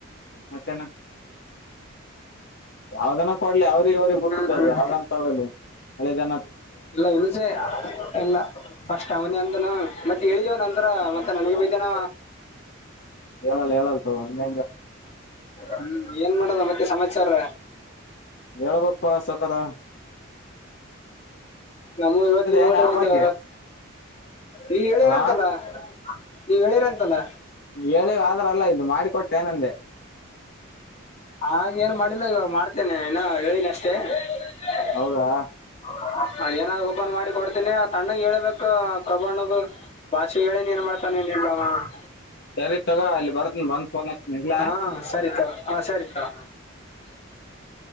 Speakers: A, on the left (about 50°); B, on the left (about 30°).
A: ಮತ್ತೇನು ಯಾವ್ದನ ಕೊಡ್ಲಿ ಯಾವ ಅವ್ರಿಗೆ ಬಿಟ್ಟದಅದ
B: ಹ್ಮ್ ಹ್ಮ್
A: ಯಾವ್ದಂತ ತಗೋಳಿ ನೀವು ಹಳೇದ.
B: ಇಲ್ಲ ಇನ್ನುಸೆ ಎಲ್ಲ ಫಸ್ಟ್ ಅವನೇ ಅಂದನು ಮತ್ತೆ ಹೇಳಿದವನ ಅಂದ <inaudible> ಹ ಮತ್ತೆ ನನ್ಗೆ ಬೈತನ
A: ಹೇಳಲ್ಲ ಹೇಳಲ್ಲ. ತಗೋ ಹಂಗೆ
B: ಹ್ಮ್ ಏನ್ ಮಾಡೋದ ಮತ್ತೆ. ಸಮಾಚಾರ
A: ಹೇಳ್ಬೇಕಪ್ಪ ಸವಕಾರ.
B: ನಮ್ಮ ಇವತ್ತ ನೋಡ್ರಿ
A: ಏನ್ ಆ್ಯಪ್
B: ಒಂದು
A: ಬಗ್ಗೆ
B: ನೀವ ಹೇಳಿದಿರಂತಲ್ಲ.
A: ಹಾ
B: ನೀವ್ ಹೇಳಿರಂತಲ್ಲ.
A: ಹೇಳಿವ ಆದ್ರ ಅಲ್ಲ ಇದು ಮಾಡಿಕೊಟ್ಟೆ ಏನಂದೆ
B: ಹಾಗೇಏನು, ಮಾಡಿಲ್ಲ, ಇವಾಗ, ಮಾಡ್ತೇನೆ! ಏನು, ಹೇಳಿದೀನಿ, ಅಷ್ಟೆ. <unintelligible>
A: ಹೌದಾ
B: ಅದ, ಏನಾದ್ ಓಪನ್ ಮಾಡಿ ಕೊಡ್ತೀನಿ! ಆ ತಣ್ಣಗ್, ಹೇಳ್ಬೇಕು, ಪ್ರಭು, ಅಣ್ಣನಿಂಗು. <unintelligible> ಬಾಷಿ, ಹೇಳಿನಿ, ಏನ್ ಮಾಡ್ತಾನ, ಇನ್ನೆಲ್ಲಾವಾ. <inaudible> <unintelligible> <inaudible>
A: ಸರಿ. <inaudible> ತಾಕೋ, ಇಲ್ಲಿ, ಬರೀತೀನಿ, ಬಂದ ಫೋನ್, ಅಚ್ಯುತೀನಿ, ಇದ್ದಲ್ಲಾ.
B: ಹಾ
A: <unintelligible>
B: ಸರಿ ತಗೋ ಹಾ, ಸರಿಕಾ.. <inaudible>